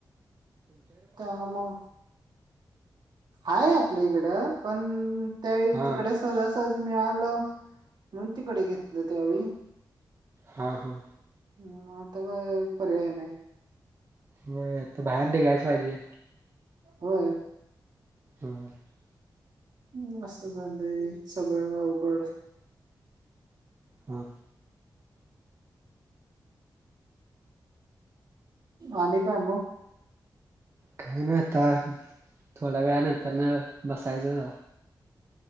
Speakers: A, on the right; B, on the right.
A: तर मग आहे आपल्या इकडं पण त्या
B: हा
A: तिकडे सहजा सहजी मिळालं म्हणून तिकडे घेतलं त्यावेळी
B: हा, हा
A: ह् आता काय पर्याय नाही
B: मता बाहेर निघायच पाहिजे
A: होय
B: हम्
A: हम् असं झालंय सगळं अवघड
B: हा
A: आणि काय म
B: काय नाही आता थोड्या वेळ नंतर ना बसायचं जरा